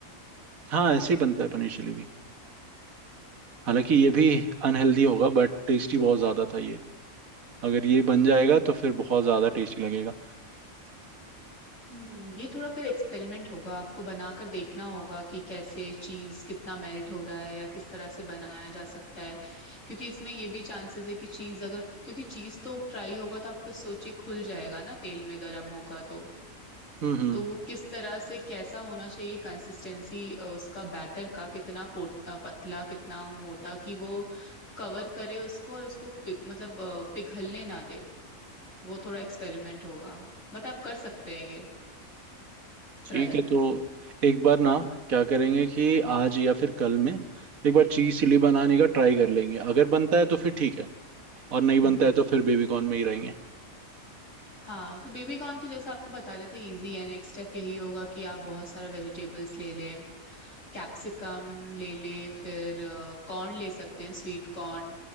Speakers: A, on the right (about 85°); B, on the left (about 65°).
A: हाँ ऐसे ही बनता है पनीर चिली भी हालांकि ये भी अनहेल्दी होगा बट टेस्टी बहुत ज्यादा था ये अगर ये बन जाएगा तो फिर बहुत ज्यादा टेस्टी लगेगा
B: हम्म ये थोड़ा फिर एक्सपेरिमेंट होगा आपको बनाकर देखना होगा कि कैसे चीज कितना मेल्ट हो रहा है या किस तरह से बनाया जा सकता है क्योंकि इसमें ये भी चांसेस है कि चीज अगर क्योंकि चीज तो फ्राई होगा तो आप खुद सोचिए खुल जाएगा ना तेल में गर्म होगा तो
A: हम्म हम्म
B: तो वो किस तरह से कैसा होना चाहिए कंसिस्टेंसी उसका बैटर का कितना पोट, अ, पतला कितना मोटा कि वो कवर करे उसको और उसको पिघ मतलब अ, पिघलने ना दे वो थोड़ा एक्सपेरिमेंट होगा बट आप कर सकते हैं ये ट्राई
A: ठीक है तो एक बार ना क्या करेंगे कि आज या फिर कल में एक बार चीज चिली बनाने का ट्राई कर लेंगे अगर बनता है तो फिर ठीक है और नहीं
B: हम्म
A: बनता है तो फिर बेबी कॉर्न में ही रहेंगे
B: हाँ सो बेबी कॉर्न तो जैसा आपको बता रहे थे इजी है नेक्स्ट स्टेप यही होगा कि आप बहुत सारा वेजिटेबल्स ले लें कैप्सिकम ले ले फिर अ, कॉर्न ले सकते हैं स्वीट कॉर्न